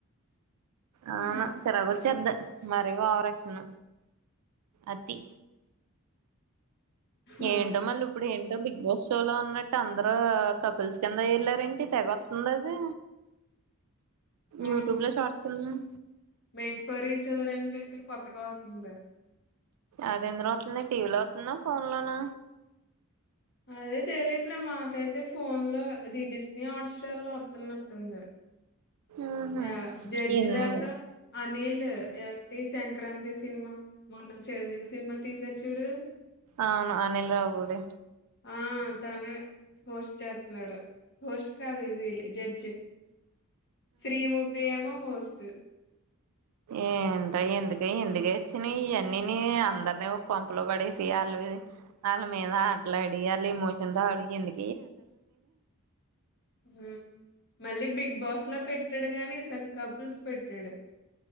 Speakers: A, on the left; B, on the right.
A: హ్మ్.
B: అవునా చిరాకు వచ్చేది మరి ఓవరాక్షన్ అతి
A: ఆ!
B: ఏంటో మళ్ళీ ఇప్పుడు ఏంటో బిగ్ బాస్ షోలో ఉన్నట్టు అందరు కపుల్స్ కింద వెళ్లార ఏంటి తెగ వస్తుంది అది
A: ఉహు
B: యూట్యూబ్ లో షార్ట్స్ కింద
A: మేడ్ ఫర్ ఈచ్ అదర్ చెప్పి కొత్తగా అవుతుంది
B: అదెందులో అత్తుంది టీవీలో అత్తుందా ఫోన్ లోనా
A: అదే తెలియట్లే మాకైతే ఫోన్ లో ఇది డిస్నీ హాట్ స్టార్ లో అతున్నట్టుంది
B: ఉహు
A: ఆ జడ్జెలెవరు
B: ఎందు
A: అనిల్ ఇ సంక్రాంతి సినిమా మొన్న చిరంజీవి సినిమా తీసారు చూడు
B: అవును అనిల్ రావుపుడి
A: ఆ తనే హోస్ట్ చెత్తూన్నాడు హోస్ట్ కాదు ఇది జడ్జ్ శ్రీ ముఖి ఏమో హోస్ట్
B: ఏంట ఎందుక ఎందుక వచ్చిన ఇవన్నీ నీ అందరినే కొంపలో పడేసి వాళ్ళు వాళ్ళ మీద ఆటలాడి వాళ్ళు ఎమోషన్తో ఆడి --
A: హు మన బిగ్ బాస్ లా పెట్టడు గాని తన కపుల్స్ పెట్టాడు